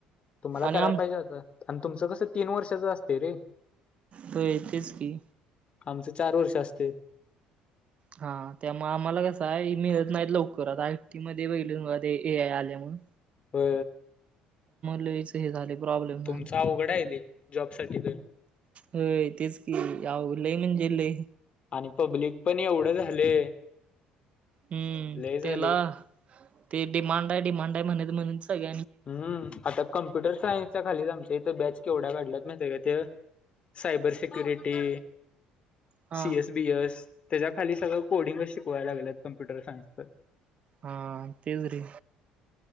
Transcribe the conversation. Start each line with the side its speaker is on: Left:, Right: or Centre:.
Left: तुम्हाला
Right: आणि
Left: करायला
Right: आम
Left: पाहिजे होता आणि तुमचं कसं तीन वर्षाच असते रे.
Right: होय तेच की.
Left: आमचं चार वर्ष असतंय.
Right: हा त्यामुळे आम्हाला कसं आहे मिळत नाहीत लवकर. आय टी मध्ये बघितलं ना बघा ते ए आय आल्या म्हण
Left: हो
Right: लईच हे झाले प्रॉब्लेम झाला.
Left: तुमचा अवघड आहे जॉब साठी तर
Right: होय तेच की ते अवघड लय म्हणजे लय
Left: आणि पब्लिक पण एवढं झाले.
Right: हम्म
Left: लय झाले.
Right: त्याला ते डिमांड आहे डिमांड आहे म्हणेत म्हणे सग
Left: हम्म आता कम्प्युटर सायन्सच्या खालीच आमच्या इथं बॅच केवढ्या घढल्यात माहित आहे का? ते सायबर सक्युरिटी,
Right: हां
Left: सी एस बी एस त्याच्या खाली सगळं कोडिंगच शिकवायला लागलेत कम्प्युटर सायन्सच.
Right: हा ते जरी